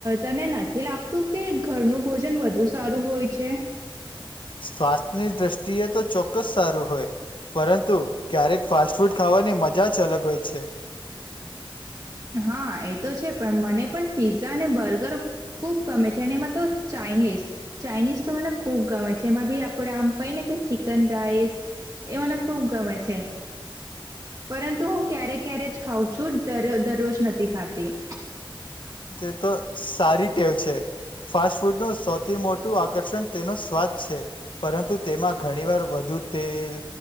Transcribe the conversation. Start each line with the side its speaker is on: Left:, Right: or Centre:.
Right: તને નથી લાગતું કે ઘરનું ભોજન વધુ સારું હોય છે?
Left: સ્વાસ્થ્યની દ્રષ્ટિએ તો ચોક્કસ સારું હોય. પરંતુ ક્યારેક ફાસ્ટ ફૂડ ખાવાની મજા જ અલગ હોય છે.
Right: હા એ તો છે પણ મને પણ પીઝા અને બર્ગર ખુબ ગમે છે. અને એમાં તો ચાાઈનીઝ ચાાઈનીઝ તો મને ખુબ ગમે છે. એમાં ભી આપડે આમ કઈ ને કઈ ચિકન રાઈસ એ મને ખુબ ગમે છે. પરંતુ હું ક્યારે ક્યારે જ ખાઉં છું દરોજ દરોજ નથી ખાતી.
Left: તે તો સારી ટેવ છે. ફાસ્ટ ફૂડનું સૌથી મોટું આકર્ષણ તેનો સ્વાદ છે. પરંતુ તેમાં ઘણી વાર વધુ તેલ,